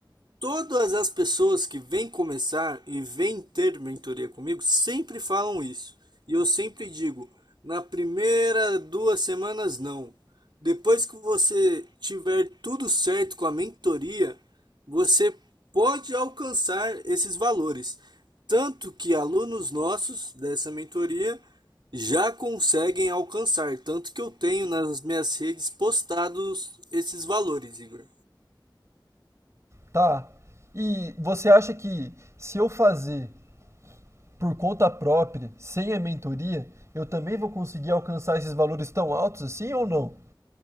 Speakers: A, on the right (about 70°); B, on the right (about 35°).
A: Todas as pessoas que vêm começar e vêm ter mentoria comigo sempre falam isso. E eu sempre digo, na primeira duas semanas não. Depois que você tiver tudo certo com a mentoria, você pode alcançar esses valores. Tanto que alunos nossos dessa mentoria já conseguem alcançar. Tanto que eu tenho nas minhas redes postados esses valores, Igor.
B: Tá. E você acha que se eu fazer por conta própria, sem a mentoria, eu também vou conseguir alcançar esses valores tão altos assim ou não?